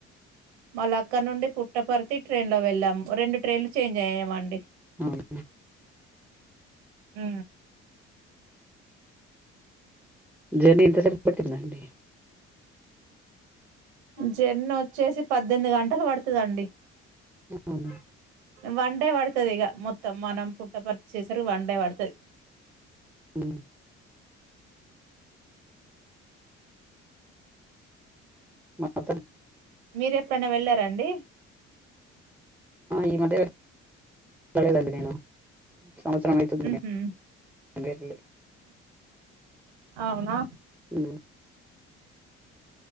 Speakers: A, on the right; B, in the centre.
A: మళ్ళ అక్కడ నుండి పుట్టపరతి ట్రైన్ లో వెళ్ళాము రెండు ట్రైన్లు చేంజ్ అయ్యామండి
B: అవునా
A: ఉ
B: జర్నీ ఎంతసేపు ఉంటది టెన్ అండి
A: జర్నీ వచ్చేసి పద్దెనిమిది గంటలు పడుతదండి
B: అవున
A: వన్ డే పడుతది ఇక మొత్తం మనం పుట్టపర్త్ వచేసరికి వన్ డే పడుతది
B: ఉ మా తన్
A: మీరు ఎప్పుడైనా వెళ్ళారండి
B: ఈ మధ్యంత వెళ్ళలేదండి నేను సంవత్సరం అయితుంది
A: ఉహు
B: నే ఇండియా కెళ్లి
A: అవునా
B: ఉమ్